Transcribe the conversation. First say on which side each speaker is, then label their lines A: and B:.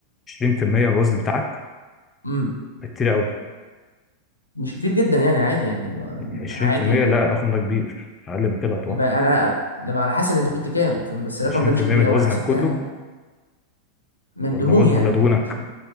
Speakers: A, on the left (about 20°); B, on the left (about 85°).
A: 20% من الوزن بتاعك
B: امم
A: ده كتير قوي
B: مش كتير جدا يعني عادي يعني ما-
A: 20%
B: عادي يعني
A: لا الرقم ده كبير اقل من كده اتوقع
B: يبقى انا لما على حسب انت كنت كام فاهم؟ بس الرقم
A: 20%
B: ده مش كبير
A: من
B: قوي
A: وزنك
B: انا حسبتها
A: كله
B: يعني من
A: ولا
B: دهون
A: وزن
B: يعني
A: ولا دهونك
B: عشان